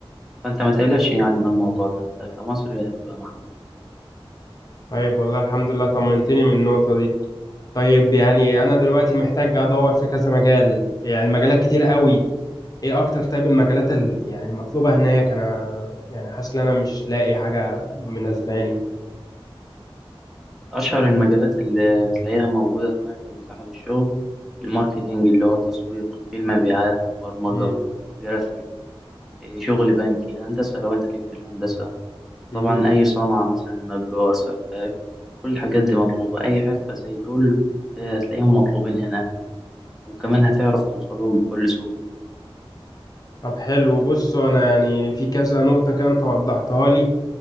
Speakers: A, in the centre; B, on the left.
A: فانت ما تقلقش يعني من الموضوع ده انت كمصري هتبقى محبوب
B: طيب والله الحمد لله طمنتني من النقطة دي طيب يعني أنا دلوقتي محتاج أدور في كذا مجال يعني المجالات كتير قوي إيه أكتر طيب المجالات ال... يعني المطلوبة هناك أنا يعني حاسس إن أنا مش لاقي حاجة مناسباني
A: اشهر المجالات اللي هتلاقيها موجوده هناك ومتاحه للشغل الماركتينج اللي هو التسويق في المبيعات برمجه
B: مم.
A: جرافيك إيه، شغل بنكي هندسه لو انت ليك في الهندسه
B: مهم.
A: طبعا اي صنعه مثلا نجار سباك كل الحاجات دي مطلوبه اي حرفه زي دول آه، هتلاقيهم مطلوبين هناك وكمان هتعرف توصلهم بكل سهوله
B: طب حلو بص انا يعني في كذا نقطة كده انت وضحتها لي